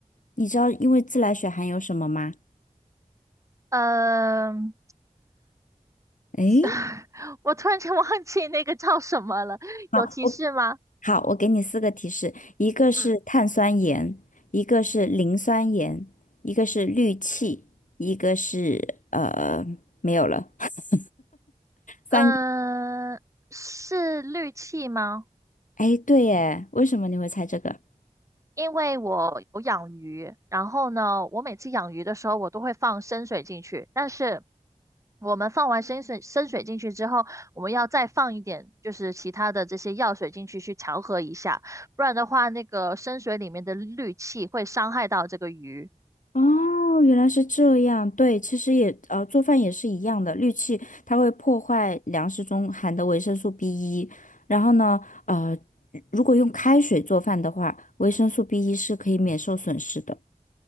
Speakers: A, on the left; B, on the right.
A: 你知道因为自来水含有什么吗？
B: 嗯、
A: 诶，
B: <laughs> 我突然间忘记那个叫什么了，
A: 好，
B: 有提示吗？
A: 我好，我给你四个提示，一个是碳酸盐，
B: 嗯
A: 一个是磷酸盐，一个是氯气，一个是呃没有了，<laughs> 三个。
B: 嗯、是氯气吗？
A: 哎，对耶，为什么你会猜这个？
B: 因为我有养鱼，然后呢，我每次养鱼的时候，我都会放生水进去，但是我们放完生水生水进去之后，我们要再放一点，就是其他的这些药水进去去调和一下，不然的话，那个生水里面的氯气会伤害到这个鱼。
A: 哦，原来是这样。对，其实也呃，做饭也是一样的，氯气它会破坏粮食中含的维生素 b 一。然后呢，呃，如果用开水做饭的话，维生素 b 一是可以免受损失的。